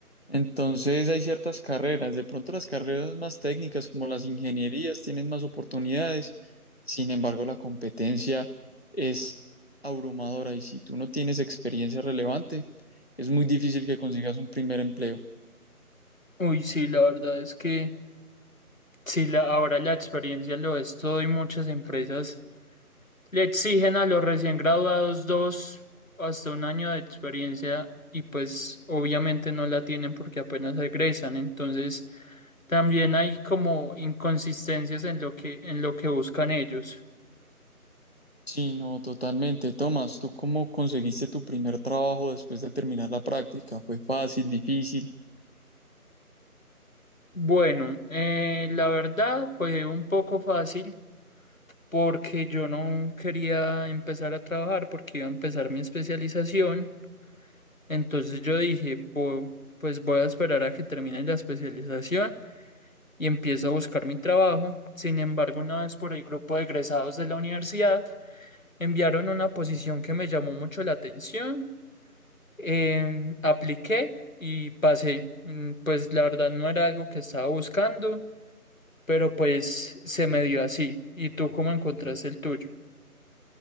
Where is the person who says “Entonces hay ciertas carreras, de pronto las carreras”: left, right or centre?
Left